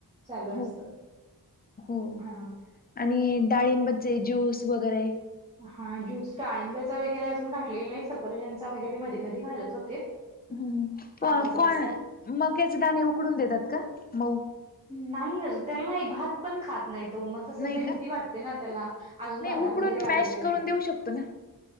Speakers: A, on the right; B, on the left.
A: चालू असत
B: हो हो
A: हा.
B: आणि डाळिंबचे ज्यूस वगैरे.
A: हा ज्यूस डाळिंबचा वगैरे अजून घाठलेला नाही, सफरचंद चा वगैरे मध्ये मध्ये घालत होते.
B: ह् प
A: आता जरासा
B: कोण मकेचे दाणे उकडून देतात का मऊ.
A: नाही अजून त्याला नाही, भात पण खात नाही तो मग तस
B: नाही
A: ते भीती
B: का
A: वाटते ना त्याला. अजून
B: नाही
A: दाडा
B: उकडून
A: वगैरे आलेल्या
B: मॅश
A: नाहीत.
B: करून देऊ शकतो ना